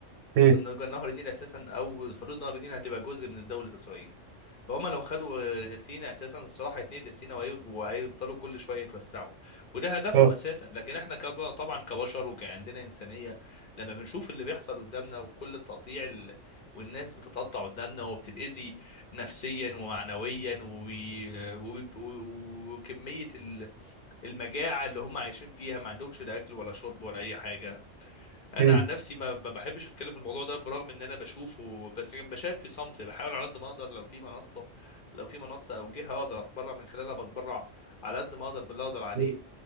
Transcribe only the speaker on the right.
مم.
اه
مم.
مم.